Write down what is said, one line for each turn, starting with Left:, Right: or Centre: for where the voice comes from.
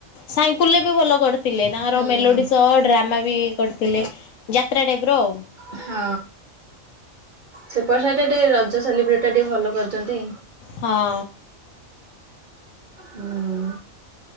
Left: ସାାଇଙ୍କୁଲ୍ ବି ଭଲ କରିଥିଲେ ତାଙ୍କର
Right: ହୁଁ।
Left: ମେଲୋଡି ସହ ଡ୍ରାମା ବି କରିଥିଲେ ଯାତ୍ରା ଟାଇପ୍ ର‌ଉ।
Right: ହଁ ସେପଟ୍ ସାଇଟା ଟିକେ ରଜ ସେଲିବ୍ରେଟ୍ ଟା ଟିକେ ଭଲ କରିଛନ୍ତି।
Left: ହଁ।
Right: ଉଁ।